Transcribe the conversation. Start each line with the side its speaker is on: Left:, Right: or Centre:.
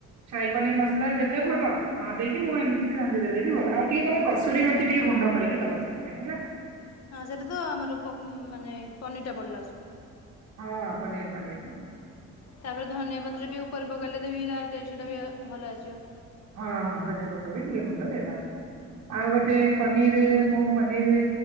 Right: ସାହି ପନିର ମସଲା ଦେଲେ ଭଲ ନ ଦେଇେଇକି ମୁଁ ଏ ମିତି ବି ରାନ୍ଧି ଦେଲେ ବି ଭଲ ଆଉ ଟିକେ ତମେ କସୁରୀ ମେଥିତି ଟିକେ ଗୁଣ୍ଡ କରିକି ଦବ ସେଥିରେ ହେଲା।
Left: ହଁ ସେଟା ତ ଆମର ପ ମାନେ ପନିର ଟା ପଡିଲା ଆସୁ
Right: ହଁ ପନିର୍ ପନିର୍
Left: ତାପରେ ଧନିଆ ପତ୍ର ବି ଉପର ପକାଇଲେ ଦେବି ତା ସେଟା ବି ଆ ଭଲ ଆସିବ।
Right: ହଁ ହଁ ଧନିଆ ପତ୍ର ବିି ଟିକେ ଗୁଣ୍ଡ ଦେଇଦବ। ଆଉ ଗୋଟେ ପନିର ମୁଁ ପନିର